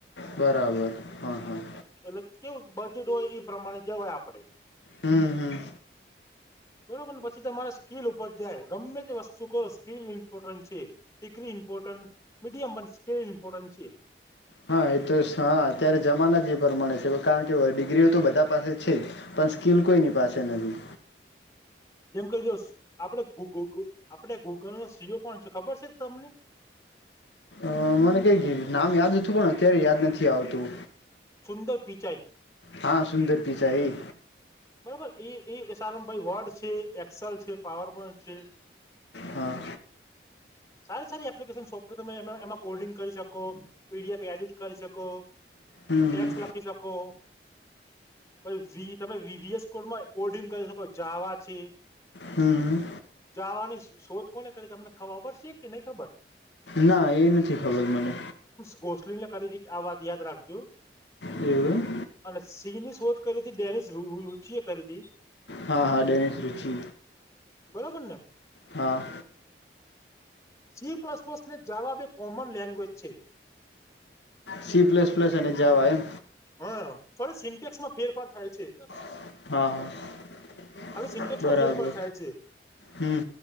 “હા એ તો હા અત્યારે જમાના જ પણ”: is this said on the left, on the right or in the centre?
Left